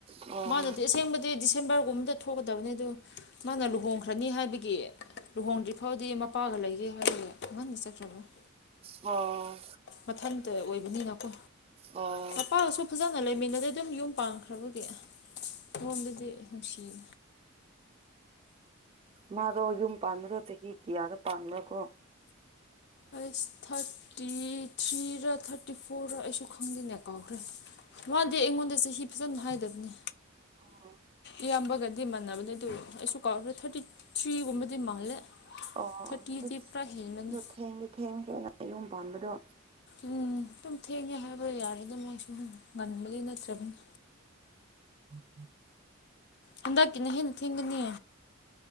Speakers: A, on the right; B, on the left.
A: ꯑꯣ
B: ꯃꯥꯗꫭ ꯑꯁꯦꯡꯕꯗꯤ ꯗꯤꯁꯦꯝꯕꯔ ꯒꯨꯝꯕꯗ ꯊꯣꯛꯀꯗꯕꯅꯦ ꯑꯗ‌ꯣ ꯃꯥꯅ ꯂꯨꯍꯣꯡꯈ꯭ꯔꯅꯤ ꯍꯥꯏꯕꯒꯤ ꯂꯨꯍꯣꯡꯗ꯭ꯔꯤ ꯐꯥꯎꯗꯤ ꯃꯄꯥꯒ ꯂꯩꯒꯦ ꯍꯥꯏꯔꯒ ꯉꯟꯅꯥ ꯆꯠꯈ꯭ꯔꯕꯥ <inaudible>
A: ꯑꯣ
B: ꯃꯊꯟꯇ ꯑꯣꯏꯕꯅꯤꯅ ꯀꯣ
A: ꯑꯣ
B: ꯃꯄꯥꯒꯁꯨ ꯐꯖꯅ ꯂꯩꯃꯤꯟꯅꯗꯦ ꯑꯗꯨꯝ ꯌꯨꯝ ꯄꯥꯡꯈ꯭ꯔꯕꯒꯤ ꯍꯣꯝꯗꯗꯤ ꯅꯨꯡꯁꯤꯅꯥ
A: ꯃꯥꯗꯣ ꯌꯨꯝ ꯄꯥꯟꯕꯗꯣ ꯆꯍꯤ ꯀꯌꯥꯗ ꯄꯥꯟꯕ꯭ꯔꯥ ꯀꯣ
B: ꯑꯩꯁ ꯊꯥꯔꯇꯤ ꯊ꯭ꯔꯤꯔ ꯊꯥꯔꯇꯤ ꯐꯣꯔꯔ ꯑꯩꯁꯨ ꯈꯪꯗꯦꯅꯦ ꯀꯥꯎꯔꯈ꯭ꯔꯦ ꯃꯥꯗꯤ ꯑꯩꯉꯣꯟꯗ ꯆꯍꯤ ꯐꯖꯅ ꯍꯥꯏꯗꯕꯅꯦ
A: ꯑꯣ
B: ꯏꯌꯥꯝꯕꯒꯗꯤ ꯃꯥꯟꯅꯕꯅꯦ ꯑꯗꯨ ꯑꯩꯁꯨ ꯀꯥꯎꯔꯈ꯭ꯔꯦ ꯊꯥꯔꯇꯤ ꯊ꯭ꯔꯤꯒꯨꯝꯕꯗꯤ ꯃꯥꯜꯂꯦ
A: ꯑꯣ
B: ꯊꯥꯔꯇꯤꯗꯤ
A: ꯑꯁ
B: ꯄꯨꯔꯥ ꯍꯦꯟꯕꯅꯦ
A: ꯑꯗꯣ ꯊꯦꯡꯗꯤ ꯊꯦꯡꯈꯔꯗ ꯌꯨꯝ ꯄꯥꯟꯕꯗꯣ
B: ꯎꯝ ꯑꯗꯨꯝ ꯊꯦꯡꯉꯦ ꯍꯥꯏꯕ ꯌꯥꯔꯦꯗꯥ ꯃꯣꯏ ꯁꯨꯝ ꯉꯟꯕꯗꯤ ꯅꯠꯇ꯭ꯔꯕꯅꯤ
A: <inaudible>
B: ꯍꯟꯗꯛꯀꯤꯅꯦ ꯍꯦꯟꯅ ꯊꯦꯡꯒꯅꯤ